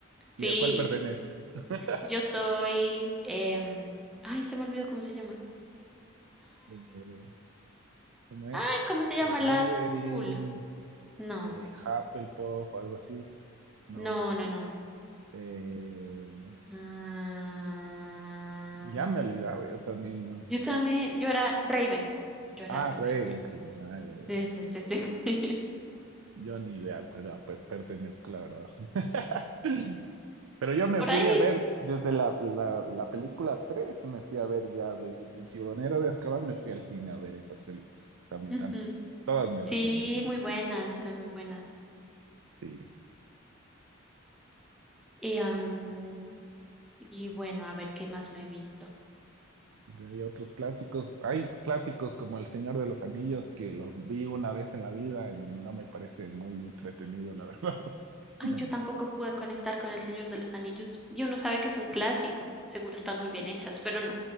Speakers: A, in the centre; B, on the right.
A: sí,
B: ¿Y a cuál perteneces? <laughs>
A: yo soy, em, ay, se me olvidó cómo se llama.
B: Eh, ¿cómo es?
A: Ay, ¿cómo se llama
B: Slytherin,
A: la azul? No,
B: eh, Hufflepuff, algo así. No.
A: no, no, no.
B: eh,
A: Ah,
B: ya me he olvidado, yo también, ¿no?
A: yo también, yo era Ravenclaw. Yo era
B: Ah,
A: Ravenclaw.
B: Ravenclaw. Ay, ay,
A: Sí,
B: ay.
A: sí, sí, sí. <laughs>
B: Yo ni idea a cuál per- pertenezco, la verdad. <laughs> Pero yo me
A: Por
B: fui
A: ahí.
B: a ver desde la, la, la película 3, me fui a ver ya desde El Prisionero de Azkaban, me fui al cine a ver esas películas. O sea, me
A: Ujú.
B: encanta. Todas me las
A: Sí,
B: vi en el cine.
A: muy buenas, eran muy buenas.
B: Sí.
A: Y, am, y bueno, a ver qué más me he visto.
B: Y Hay otros clásicos. Hay clásicos como El Señor de los Anillos que los vi una vez en la vida y no me parece muy entretenido, la verdad.
A: Ay,
B: <laughs>
A: yo tampoco pude conectar con El Señor de los Anillos. Y uno sabe que es un clásico, seguro están muy bien hechas, pero no,